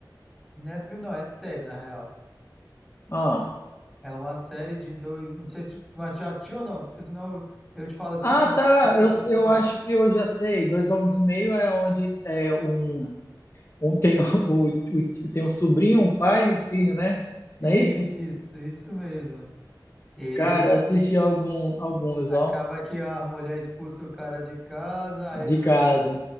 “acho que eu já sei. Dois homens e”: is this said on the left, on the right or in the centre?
Left